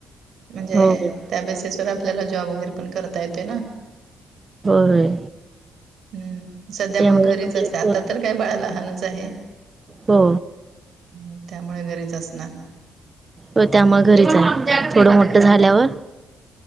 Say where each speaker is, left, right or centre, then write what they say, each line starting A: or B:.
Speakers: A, on the right; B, on the right.
A: म्हणजे
B: हो हो
A: त्या बेसिस वर आपल्याला जॉब वगैरे पण करता येते ना
B: होय
A: हम्म सध्या
B: त्यामुळे
A: मग घरीच
B: कम्प्लीट
A: असताय आता
B: करून
A: तर काय बाळा लहानच आहे
B: हो
A: हम्म त्यामुळे घरीच असणार
B: होय त्यामुळे घरीच आहे थोडं मोठं झाल्यावर
A: हम्म